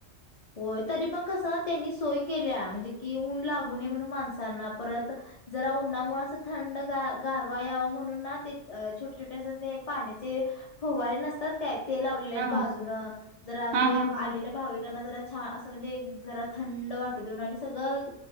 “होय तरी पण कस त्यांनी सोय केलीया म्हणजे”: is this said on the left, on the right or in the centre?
Left